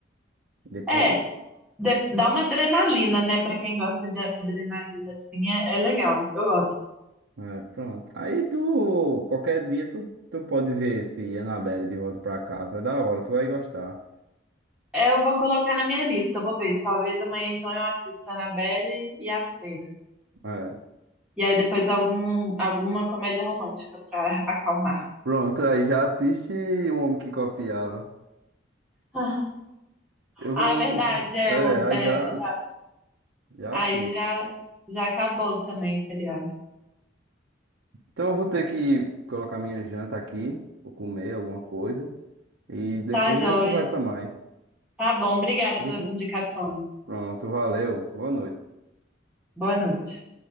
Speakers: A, on the right; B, in the centre.
A: Depois,
B: É, de- dá uma adrenalina, né? Pra quem gosta de adrenalina, assim, é, é legal. Eu gosto.
A: é, pronto. Aí tu, qualquer dia tu, tu pode ver esse Annabelle de volta pra casa. É da hora, tu vai gostar.
B: É, eu vou colocar na minha lista, eu vou ver. Talvez amanhã então eu assista Annabelle e A Freira.
A: É.
B: E aí depois algum, alguma comédia romântica pra <laughs> acalmar.
A: Pronto, aí já assiste O Homem que Copiava.
B: Ah,
A: Eu vou.
B: é verdade,
A: <laughs>
B: é,
A: É,
B: o-
A: aí
B: é
A: já,
B: verdade.
A: já
B: Aí
A: assiste.
B: já, já acabou também o feriado.
A: Então eu vou ter que colocar minha janta aqui, vou comer alguma coisa e depois
B: Tá joia.
A: a gente conversa mais.
B: Tá bom, obrigada
A: Uhum.
B: pelas indicações.
A: Pronto, valeu. Boa noite.
B: Boa noite.